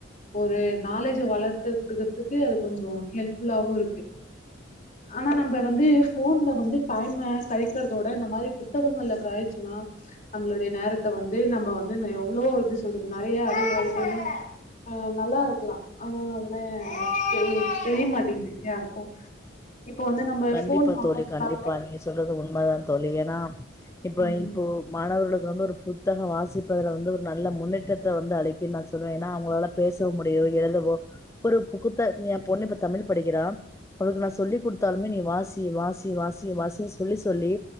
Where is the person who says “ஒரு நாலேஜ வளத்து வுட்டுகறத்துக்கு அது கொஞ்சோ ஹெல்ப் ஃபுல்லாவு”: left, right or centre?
Left